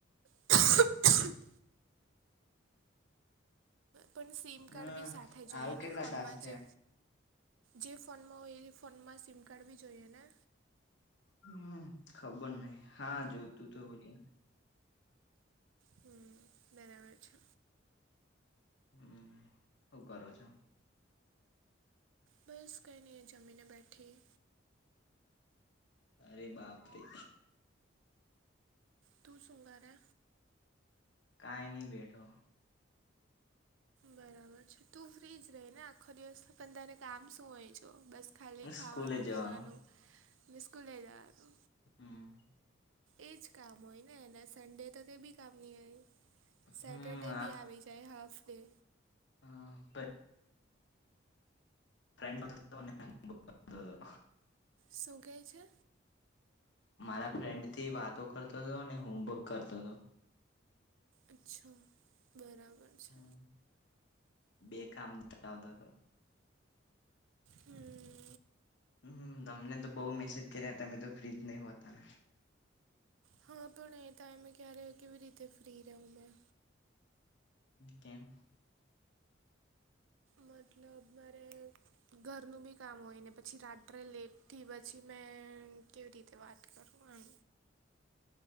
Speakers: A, on the right; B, on the left.
A: <inaudible> પણ સીમ
B: હા
A: કાર્ડ બી સાથે જોઈએ
B: હાલ કેટલા
A: ને, ફોનમાં
B: ટાસ્ક થયા
A: જે. જે ફોનમાં હોય, એ ફોનમાં સિમ કાર્ડ બી જોઈએ ને?
B: હમ ખબર નહ હા જોતું તોું છે.
A: હમ બરાબર છે.
B: હમ શું કરો છો.
A: બસ ક ન જમીને બેઠી
B: અરે બાપરી.
A: તુ શુંંગરે.
B: કઈ નહી ભ બેટો
A: બરાબર છે તું ફ્રી જ રહી ને આખો દિવસ પણ તારે કામ શું હોય જ બસ ખાલી ખાવાનું
B: સ્કૂલે જવાનો
A: પીવાનું ને સ્કૂલે જવાનુ
B: હમ
A: એજ કામ હોય ને એને સડે તો તે બી કામ નહી આવે. સેટરડે
B: હમ
A: ભી આવી જાય હાફ ડે
B: હા પ મ તો તો
A: શુંકેહે છે.
B: મારા ફ્રેન્ડ થી વાતો કરતો હતો અને હોમવર્ક કરતો હતો
A: અચ્છા બરાબર છે
B: હમ બે કામ આવ તો
A: હમ.
B: હમ તમને તો બહુ મેસેજ કર્યા તમે તો ફ્રીજ નહી હોતા.
A: હા પણ અહી તાય મેં ક્યારે કેવી રીતે ફ્રી રહું મેં
B: કેમ.
A: મતલબ મારે ઘરનું બી કામ હોય ને પછી રાત્રે લેટથી પછી મે કેવી રીતે વાત કરું આમ